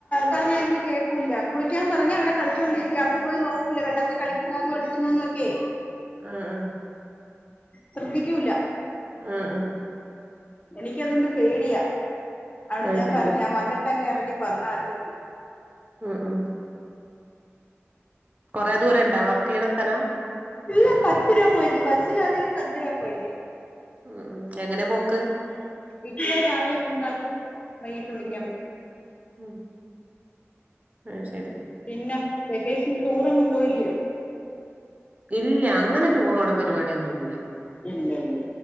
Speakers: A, on the left; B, on the right.
A: പറഞ്ഞാ ഇവര് കേക്കൂല്ല കുളിക്കാൻ പറഞ്ഞാ അവിടെ കളിച്ചോണ്ടിരിക്കാ അവര് പോയി നോക്കൂല്ല വെള്ളത്തി കളിക്കുന്നതന്നും എടുക്കുന്നതന്നും ഒക്കെ.
B: ആഹ് ആഹ്
A: ശ്രദ്ധിക്കൂല്ല
B: ആ ആ
A: എനിക്കതൊണ്ട് പേടിയാ അവിടെ
B: അത്
A: ഞാൻ
B: ശരി
A: പറഞ്ഞു ഞാൻ വന്നിട്ട് അങ്ങ ഇനി പറഞ്ഞ <unintelligible>
B: ഉം ഉം കൊറേ ദൂരം ഇൺ ണ്ടാ വർക്ക് ചെയ്യ്ണ സ്ഥലം?
A: ഇല്ല പത്ത് രൂപ പോയിൻ്റ് ബസ്സില് ആണെങ്കി പത്ത് രൂപ പോയിൻ്റ്
B: ഉം ഉം എങ്ങനെ പോക്ക്
A: ഇക്ക രാവിലെ കൊണ്ടാക്കും വൈകീട്ട് വിളിക്കാൻ
B: ഉം
A: വരും
B: ഉം അത് ശരി
A: പിന്നെ വെക്കേഷന് ടൂറൊന്നും പോയില്യോ?
B: ഇല്ല അങ്ങനെ ടൂറോണെ പ രിപാടിയൊന്നുല്ല
A: ഇല്ല ഇല്ല